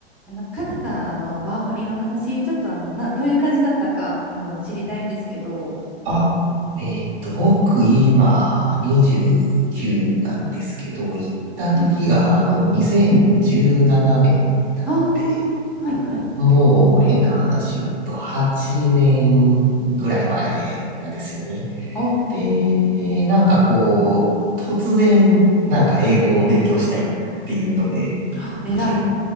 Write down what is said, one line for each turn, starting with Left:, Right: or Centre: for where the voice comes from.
Centre: あの、カナダのワーホリの話、ちょっとあの、な、どういう感じだったか、あの、知りたいんですけど。
Right: あ、えーっと、僕今29なんですけど、行った時があの2017年ななねんなんで、
Centre: はい。ああ、はい、はい。
Right: もう変な話言うと8年ぐらい前なんですよね。
Centre: あ
Right: で、なんかこう、突然なんか英語を勉強したいっていうので、
Centre: あ、えらい。
Right: 結